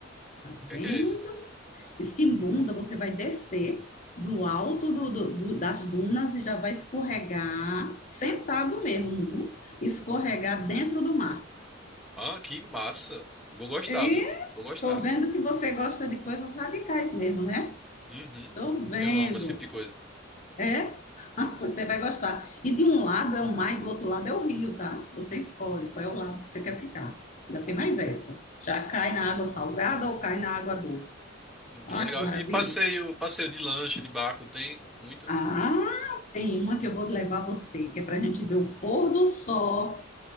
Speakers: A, on the left (about 40°); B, in the centre.
A: Tá vendo?
B: que é que é isso?
A: Esquimbunda, você vai descer do alto do- do- do- das dunas e já vai escorregar, sentado mesmo, viu? Escorregar dentro do mar.
B: Ah, que massa. Eu Vou gostar,
A: E
B: viu? Vou gostar.
A: tô vendo que você gosta de coisas radicais mesmo, né?
B: Uhum.
A: Tô vendo.
B: Eu amo esse tipo de coisa.
A: É? <laughs> Você
B: Uhum.
A: vai gostar. E de um lado é o mar e do outro lado é o rio, tá? Você escolhe qual é o lado que você quer ficar. Já tem mais essa. Já cai na água salgada ou cai na água doce?
B: Hum,
A: Ah,
B: Que legal.
A: que maravilha.
B: E passeio, passeio de lancha, de barco, tem muito?
A: Ah, tem uma que eu vou levar você, que é para a gente ver o pôr do sol